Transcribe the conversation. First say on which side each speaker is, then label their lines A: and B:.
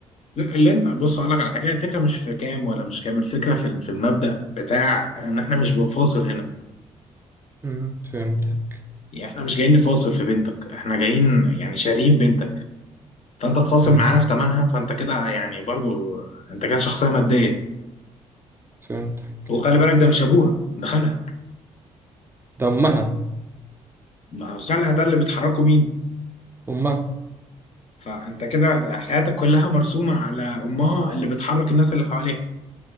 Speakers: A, on the left; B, on the right.
A: لا اللي انت بص اقول لك على حاجه الفكره مش في كام ولا مش كام الفكره في في المبدا بتاع ان احنا مش بنفاصل هنا
B: مم، فهمتك
A: يعني احنا مش جايين نفاصل في بنتك احنا جايين يعني شاريين بنتك فانت تفاصل
B: مم،
A: معانا في ثمنها فانت كده يعني برضو انت كده شخصيه ماديه
B: فهمتك
A: وخلي بالك ده مش ابوها ده خالها
B: ده أمها
A: ما هو خالها ده اللي بتحركه مين
B: أمها
A: فانت كده حياتك كلها مرسومه على امها اللي بتحرك الناس اللي حواليها